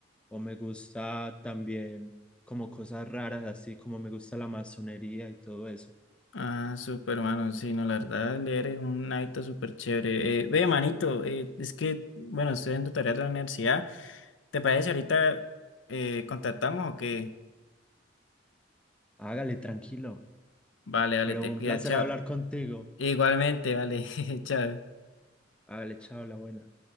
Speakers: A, in the centre; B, on the left.
A: O me gusta también como cosas raras, así como me gusta la masonería y todo eso.
B: Ah, súper, mano. Sí, no, la verdad, leer es un hábito súper chévere. Eh, ve, manito, eh, es que, bueno, estoy en tu tarea de la universidad. ¿Te parece si ahorita eh, contactamos o qué?
A: Hágale, tranquilo.
B: Vale, vale,
A: Pero
B: te
A: un
B: cuida,
A: placer
B: chao.
A: hablar contigo.
B: Igualmente, vale, <laughs> chao.
A: Hágale, chao, la buena.